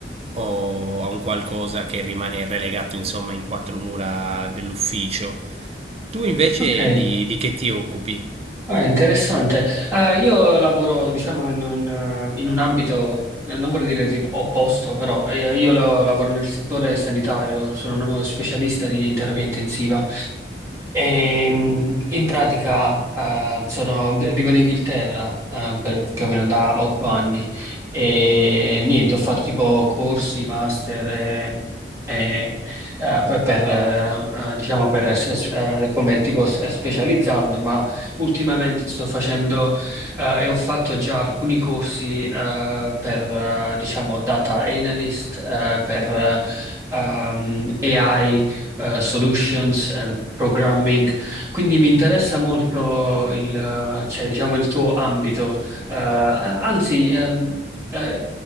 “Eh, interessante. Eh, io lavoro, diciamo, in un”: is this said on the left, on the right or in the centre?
Right